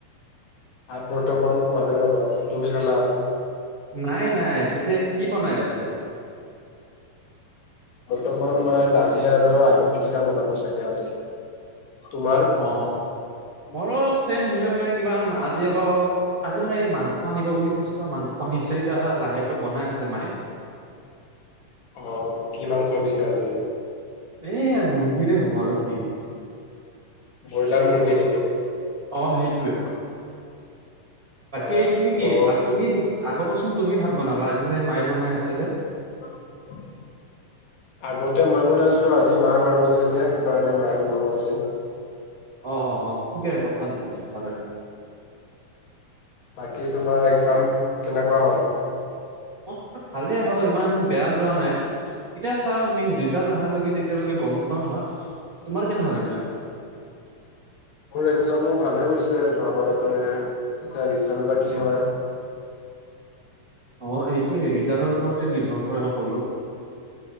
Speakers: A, on the left (about 80°); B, on the right (about 45°).
A: ভাত বৰ্তমান পোৱা নাই ৰ'বা। তুমি খালা?
B: নাই-নাই, পিছে কি বনাই আছে?
A: বৰ্তমান মই, দালি আৰু আলু পিটিকা বনাব চাগে, আজি। তোমাৰ
B: অ'! মোৰো ছেম সেনেকুৱাই কিবা, আজি অলপ আজি মানে, মাংস আনিব বুলি কৈছেতো, মাংস আনিছে, এতিয়া লাহেকৈ বনাই আছে, মায়ে।
A: অ'! কি মাংস পিছে আজি?
B: এই, মুৰ্গীৰে হ'ব আৰু কি?
A: ব্ৰইলাৰ মুৰ্গী নেকি?
B: অ'! সেইটোৱে। বাকী
A: আহ
B: এই, তুমি কি,
A: ত'
B: ভাত তুমিয়ে আগতেচোন তুমি ভাত বনালা! আজি যে, মায়ে বনাই আছে যে?
A: <inaudible> আগতে মই বনাইছিলোঁ, আজি মাৰ ঘৰত আছে যে সেইকাৰণে মায়ে বনাব আজি।
B: অ অ অ ঠিকে কথা নাই দিয়ক ভালে।
A: বাকী তোমাৰ একজাম কেনেকুৱা হ'ল?
B: <inaudible> ভালে হ'ল ইমান বেয়া হোৱা নাই। এতিয়া চাও আমি ৰিজাল্ট নহালৈকে তেতিয়ালৈকে গম নাপাও নহয়। তোমাৰ কেনেহল একজাম?
A: মোৰ একজামো ভালে গৈছে যোৱাবাৰৰ দৰে এতিয়া ৰিজাল্ট বা কি হয়।
B: অ এইটোৱেই ৰিজাল্টৰ ওপৰতে নিৰ্ভৰ কৰে সকলো।